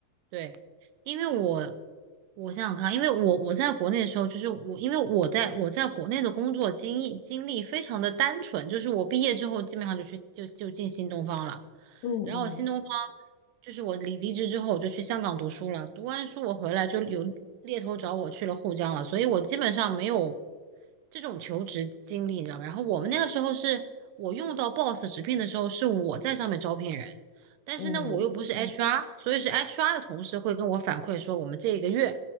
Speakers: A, on the right (about 80°); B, on the left (about 90°).
A: 对，因为我我想想看啊，因为我我在国内的时候，就是我因为我在我在国内的工作经历经历非常的单纯，就是我毕业之后基本上就去就就进新东方了，
B: 嗯嗯
A: 然后新东方就是我离离职之后我就去香港读书了，读完书我回来就有猎头找我去了沪江了，所以我基本上没有这种求职经历，你知道吗？然后我们那个时候是我用到 Boss 直聘的时候，是我在上面招聘人。但是呢，
B: 嗯
A: 我又不是 HR，所以是 HR 的同事会跟我反馈说，我们这个月